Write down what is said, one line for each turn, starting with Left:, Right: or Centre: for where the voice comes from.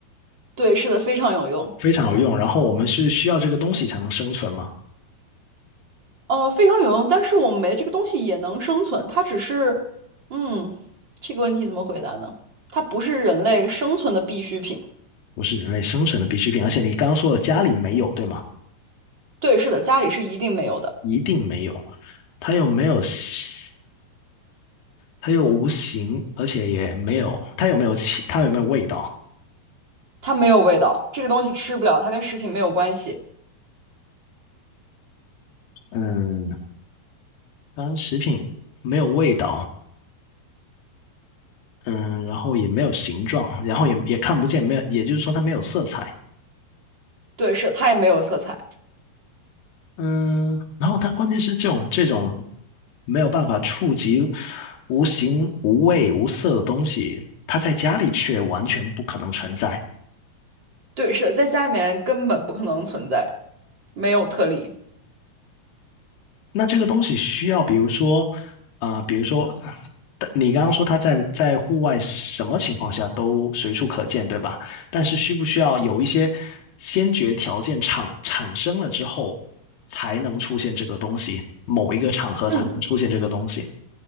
Right: 对，是的，非常有用。
Left: 非常有用。然后我们是需要这个东西才能生存吗？
Right: 呃，非常有用，但是我们没这个东西也能生存，它只是，嗯，这个问题怎么回答呢？它不是人类生存的必需品。
Left: 不是人类生存的必需品，而且你刚刚说了家里没有，对吗？
Right: 对，是的，家里是一定没有的，
Left: 一定没有，它又没有形，它又无形，而且也没有，它有没有气，它有没有味道？
Right: 它没有味道，这个东西吃不了，它跟食品没有关系。
Left: 嗯，当然食品没有味道，嗯，然后也没有形状，然后也也看不见，没有，也就是说它没有色彩，
Right: 对，是的它也没有色彩。
Left: 嗯，然后它关键是这种这种没有办法触及无形无味无色的东西，它在家里却完全不可能存在。
Right: 对，是的，在家里面根本不可能存在，没有特例。
Left: 那这个东西需要，比如说，啊、比如说，啊但你刚刚说它在在户外什么情况下都随处可见，对吧？但是需不需要有一些先决条件产产生了之后，才能出现这个东西，某一个场合才能出现这个东西，
Right: 嗯